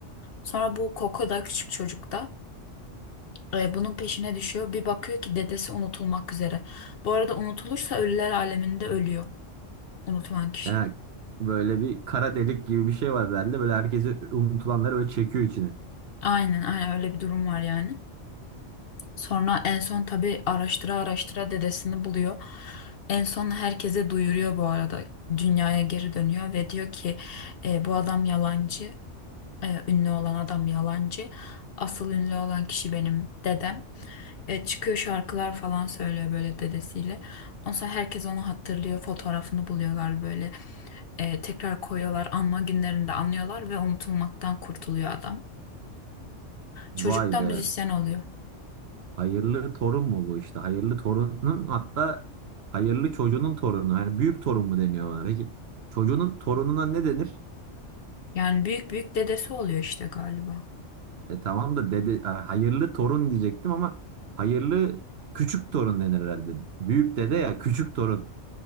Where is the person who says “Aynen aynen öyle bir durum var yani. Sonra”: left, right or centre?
Left